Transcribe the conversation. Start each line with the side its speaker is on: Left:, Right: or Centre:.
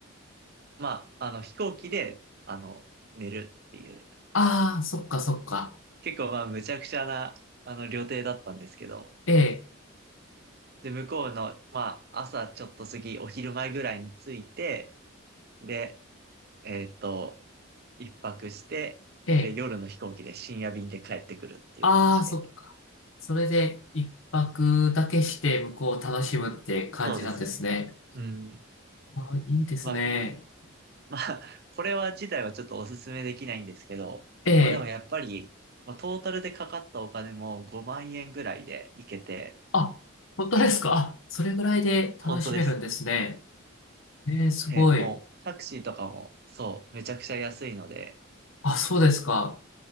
Right: う。まあ、あの飛行機で、あの、寝るっていう。
Left: ああ、そっかそっか。
Right: 結構まあ、むちゃくちゃな、あの、旅程だったんですけど。
Left: ええ、
Right: で、向こうの、まあ、朝ちょっと過ぎ、お昼前ぐらいに着いて、で、えーっと、一泊して、
Left: ええ、
Right: で、夜の飛行機で深夜便で帰ってくるっていう感じで。
Left: ああ、そっか。それで一泊だけして向こうを楽しむって感じなんですね。
Right: そうですね。うん。
Left: ああ、いいですね。
Right: まあ、まあ、これは自体はちょっとおすすめできないんですけど、
Left: ええ、
Right: まあでもやっぱり、まあトータルでかかったお金も5万円ぐらいで行けて、
Left: あ、本当ですか。あそれぐらいで楽しめるんですね。
Right: 本当です。
Left: ええ、すごい。
Right: えー、もうタクシーとかも、そう、めちゃくちゃ安いので、
Left: あ、そうですか。